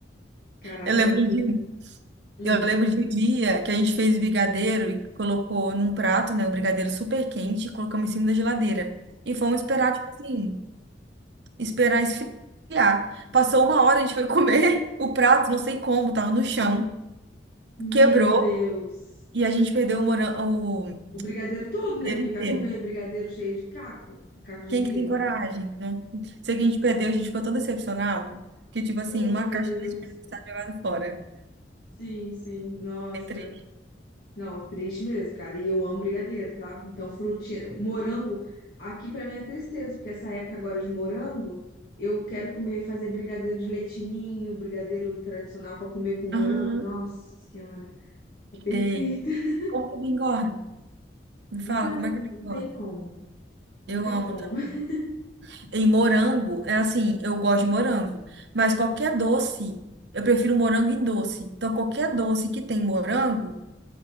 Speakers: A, on the left; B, on the right.
A: Caraca,
B: Eu lembro
A: é muito.
B: de, um-
A: Hum,
B: eu lembro de um dia que a gente fez brigadeiro e colocou num prato, né, o brigadeiro super quente e colocamos em cima da geladeira. E fomos esperar, tipo assim, esperar esfriar. Passou uma hora, a gente foi comer <laughs> o prato, não sei como, tava no chão,
A: meu
B: quebrou
A: Deus.
B: e a gente perdeu o morango, o
A: O brigadeiro todo, né?
B: brigadeiro
A: Porque
B: inteiro.
A: vai comer brigadeiro cheio de caco, caco de
B: Quem
A: vidro.
B: que tem coragem? Não sei que a gente perdeu, a gente ficou tão decepcionado que, tipo assim,
A: Oh,
B: uma
A: meu
B: caixa
A: Deus.
B: de leite condensado jogada fora.
A: Sim, sim. Nossa.
B: É triste.
A: Não, triste mesmo, cara. E eu amo brigadeiro, tá? Então, frutinha, morango, aqui pra mim é tristeza, porque essa época agora de morango, eu quero comer, fazer brigadeiro de leite ninho, brigadeiro tradicional pra comer com morango.
B: Aham.
A: Nossa Senhora, é perfeito.
B: Ei,
A: <laughs>
B: como que me engorda? Me fala,
A: Então,
B: como é que eu
A: não
B: não
A: tem
B: engorda?
A: como, não
B: Eu
A: tem
B: amo
A: como.
B: também.
A: <laughs>
B: E morango, é assim, eu gosto de morango, mas qualquer doce, eu prefiro morango e doce. Então, qualquer doce que tem morango,